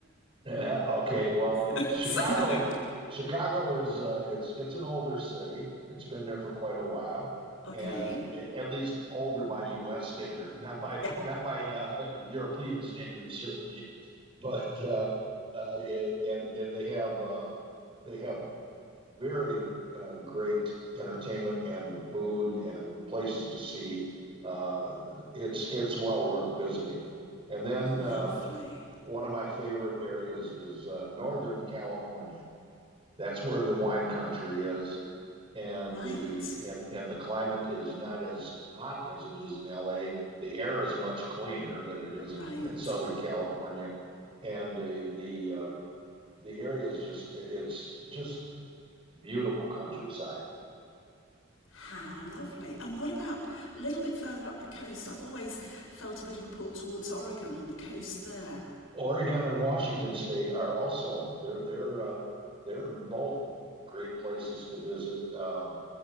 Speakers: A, on the right; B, on the left.
A: Yeah, okay, well,
B: <laughs>
A: Chicago,
B: so no.
A: Chicago is uh, it's it's an older city. It's been there for quite a while,
B: Okay.
A: and a- at least older by U.S. standards, not by
B: Yeah.
A: not by uh, <laughs> European standards certainly. But uh, uh, yeah, and and they have uh, they have very uh, great entertainment and food and places to see. Uh, it's it's well worth visiting. And then
B: Lovely.
A: uh, one of my favorite areas is uh, Northern California. That's where the wine country is, and
B: Right,
A: the and and the climate is not as hot as it is in LA. The air is much cleaner than it is
B: right.
A: in, in Southern California, and uh, the uh, the area is just it's just beautiful countryside.
B: How lovely. And what about a little bit further up the coast? I've always felt a bit of a pull towards Oregon and the coast there.
A: Oregon and Washington State are also they're they're uh, they're both great places to visit. Um,